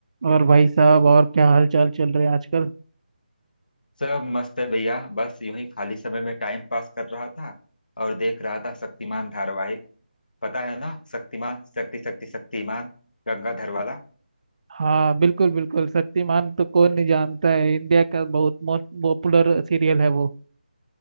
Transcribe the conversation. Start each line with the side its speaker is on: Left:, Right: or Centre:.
Right: और भाई साहब और क्या हाल चाल चल रहे हैं आजकल
Left: सब मस्त है भैया बस यूं ही खाली समय में टाइम पास कर रहा था और देख रहा था शक्तिमान धारावाहिक पता है ना शक्तिमान शक्ति शक्ति शक्तिमान गंगाधर वाला
Right: हाँ बिल्कुल बिल्कुल शक्तिमान तो कौन नहीं जानता है इंडिया का बहुत मोस्ट पॉपुलर सीरियल है वो